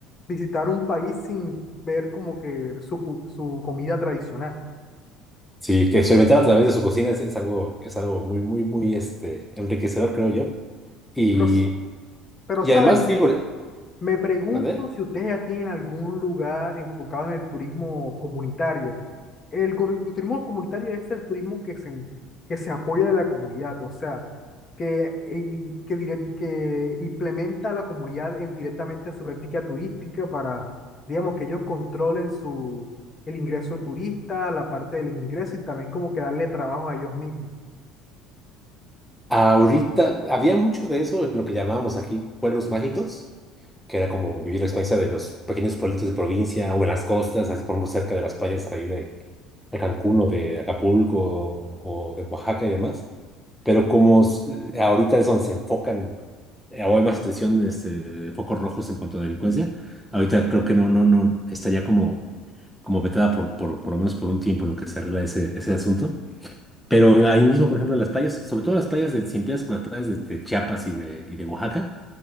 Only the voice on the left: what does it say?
visitar un país sin ver como que su, cu- su comida tradicional.
Pero, s- pero
¿sabes?
Me pregunto
si ustedes ya tienen algún lugar enfocado en el turismo comunitario. El, co- el turismo comunitario es el turismo que se, que se apoya de la comunidad, o sea, que, y- que, direct- que implementa a la comunidad en, directamente su práctica turística para, digamos, que ellos controlen su, el ingreso turista, la parte del ingreso y también como que darle trabajo a ellos mismos.